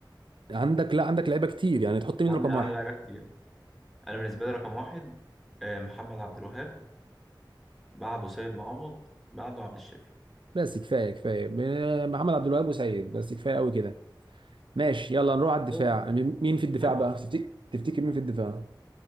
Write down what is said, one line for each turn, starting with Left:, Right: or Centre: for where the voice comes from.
Right: عندك لا عندك لعيبه كتير يعني تحط
Centre: اللي
Right: مين
Centre: عندي
Right: رقم
Centre: عدد
Right: واحد
Centre: لعيبه كتير انا بالنسبه لي رقم واحد آه، محمد عبد الوهاب بعده سيد معوض بعده عبد الشافي
Right: بس كفايه كفايه آه، محمد عبد الوهاب وسيد بس كفايه قوي كده ماشي يلا نروح على الدفاع
Centre: طيب،
Right: مين مين في الدفاع
Centre: حلو
Right: بقى
Centre: برضه
Right: تفتكر تفتكر مين في الدفاع